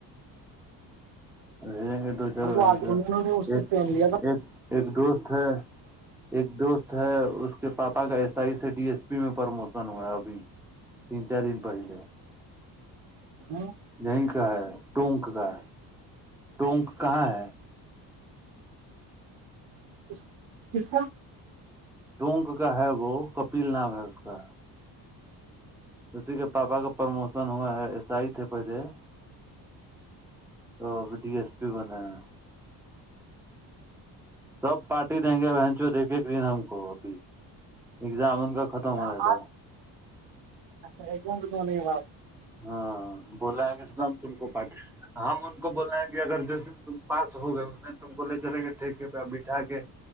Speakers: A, in the centre; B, on the right.
A: رہ جیں گے دو چار
B: اور
A: وہن
B: وہ آج انہوں نے اس
A: ایک
B: سے پین لیا
A: ایک ایک دوست ہ ایک دوست ہے اس کے پاپا کا ایس آئی سے ڈی ایس پی میں پرموشن ہوا ابھی تین چار دن پہلے
B: ہاں
A: یہیں کا ہے ٹونک کا ہے ٹونک کہاں ہے
B: ک کس کا
A: ٹونک کا ہے وہ کپل نام ہے اس کا کا اسی کے پاپا کا پرموشن ہوا ہے ایس آئی تھے پہلے تو اب ڈی ایس پی بنے ہیں سب پارٹی دیں گے بہن چوں دیکھے گن ہم کو ابھی ایگزام ان کا ختم
B: ن
A: ہونے دو
B: آج اچھا ایکتنا نہیں ہو
A: ہاں بوللا ہے کہ اس ہم ت کو پ ہم ان کو بولے ہیں کہ اگر جس دن ت پاس ہو گئے اس دن تم کو لے چلیں گے ٹھیکے پہ بٹھا کے